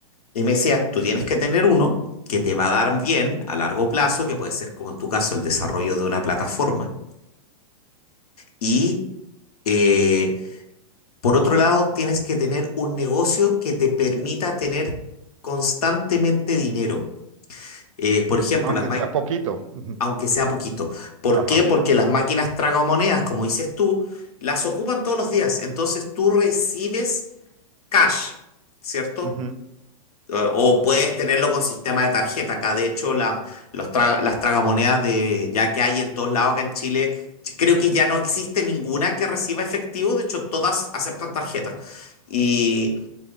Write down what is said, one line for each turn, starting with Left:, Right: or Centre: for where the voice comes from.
Left: Y me decía, tú tienes que tener uno que te va a dar bien a largo plazo, que puede ser como en tu caso el desarrollo de una plataforma, y... eh, Por otro lado, tienes que tener un negocio que te permita tener constantemente dinero. Eh, por ejemplo,
Right: Aunque
Left: las ma-
Right: sea poquito. Ujú.
Left: aunque sea poquito. ¿Por
Right: Ajá.
Left: qué? Porque las máquinas tragamonedas, como dices tú, las ocupan todos los días. Entonces tú recibes cash, ¿cierto?
Right: Ujú.
Left: Eh, O
Right: Así
Left: puedes
Right: es.
Left: tenerlo con sistema de tarjeta. Acá, de hecho, la- los tra- las tragamonedas de, ya que hay en todos lados acá en Chile, ch- creo que ya no existe ninguna que reciba efectivo. De hecho, todas aceptan tarjeta. Y